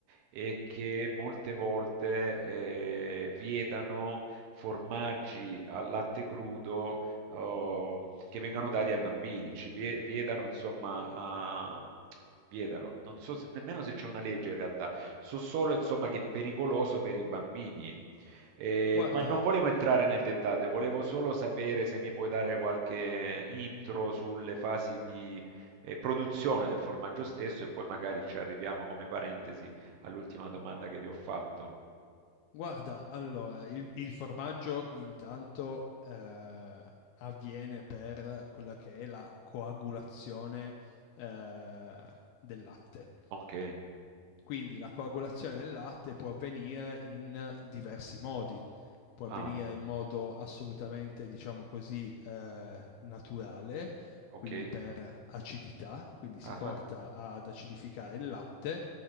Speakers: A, on the right; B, on the left.
A: e che molte volte eh, vietano formaggi al latte crudo eh, che vengano dati ai bambini, ci vie- vietano insomma a... Vietano. Non so se- nemmeno se c'è una legge in realtà, so solo insomma che è pericoloso per i bambini eh,
B: guarda,
A: ma non volevo entrare nel dettaglio, volevo solo sapere se mi puoi dare qualche intro sulle fasi di eh, produzione del formaggio stesso e poi magari ci arriviamo come parentesi all'ultima domanda che ti ho fatto.
B: Guarda, allora, il, il formaggio intanto eh, avviene per quella che è la coagulazione eh, del latte.
A: Ok,
B: Quindi la coagulazione del latte può avvenire in diversi modi, può
A: ah,
B: avvenire in modo assolutamente, diciamo così, eh, naturale,
A: ok,
B: quindi per acidità, quindi si
A: ah,
B: porta
A: ah,
B: ad acidificare il latte